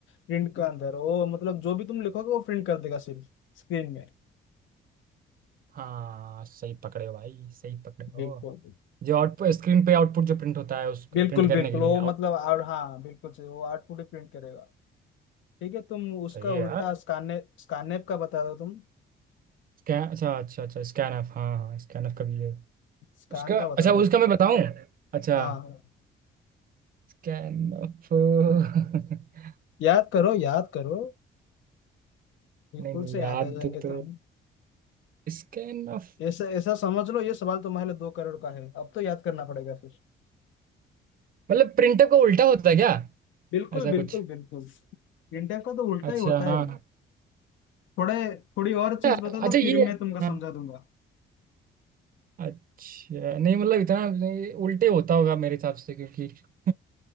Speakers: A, on the left; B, on the right.
A: प्रिंट के अंदर वो मतलब जो भी तुम लिखोगे वो प्रिंट कर देगा सिर्फ स्क्रीन में
B: हाँ सही पकड़े हो भाई सही पकड़े हो
A: बिल्कुल
B: जो आउटपुट स्क्रीन पे आउटपुट जो प्रिंट होता है उस
A: बिल्कुल
B: प्रिंट करने
A: बिल्कुल
B: के लिए
A: वो
B: आउट
A: मतलब और हाँ बिल्कुल सही वो आउटपुट ही प्रिंट करेगा ठीक है तुम उसका
B: सही
A: उल्टा
B: है यार
A: स्कैनर स्कैनएप का बता दो तुम
B: स्कैन अच्छा अच्छा अच्छा स्कैन ऑफ हाँ हाँ स्कैन ऑफ का भी है
A: स्कैन
B: उसका
A: का
B: अच्छा
A: बता दो
B: उसका
A: तो
B: मैं बताऊं अच्छा
A: हाँ
B: स्कैन ऑफ <laughs> नहीं
A: याद करो याद करो बिल्कुल
B: नहीं,
A: से
B: याद
A: याद आ जाएंगे
B: तो
A: तुम
B: स्कैन ऑफ
A: ऐसा ऐसा समझ लो ये सवाल तुम्हारे लिए दो करोड़ का है अब तो याद करना पड़ेगा फिर
B: मतलब प्रिंटर का उल्टा होता है क्या
A: बिल्कुल
B: ऐसा
A: बिल्कुल
B: कुछ
A: बिल्कुल इंडिया का तो उल्टा
B: अच्छा
A: ही होता है
B: हाँ
A: थोड़े थोड़ी और चीज
B: अच्छा
A: बता दो
B: अच्छा, ये
A: फिर मैं तुमको समझा
B: हाँ
A: दूंगा
B: अच्छा नहीं मतलब इतना नहीं, उल्टे होता होगा मेरे हिसाब से क्योंकि <laughs>